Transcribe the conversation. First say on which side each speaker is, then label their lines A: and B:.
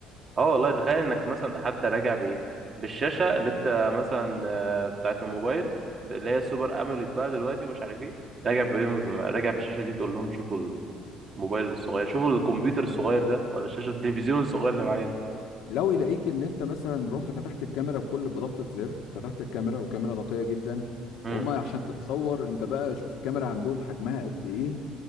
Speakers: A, on the right; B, on the left.
A: اه والله تخيل انك مثلا حتى راجع بايه بالشاشه اللي انت مثلا آه، بتاعه الموبايل ب- اللي هي السوبر اموليد بقى دلوقتي ومش عارف ايه راجع بيهم راجع بالشاشه دي تقول لهم شوفوا الموبايل الصغير شوفوا الكمبيوتر الصغير ده ولا شاشه التلفزيون الصغير اللي معايا ده
B: لو يلاقيك ان انت مثلا رحت فتحت الكاميرا بكل بضغطة زر فتحت الكاميرا وكاميرا نقية جدا
A: امم
B: وهم عشان تتصور انت بقى شوف الكاميرا عندهم حجمها قد ايه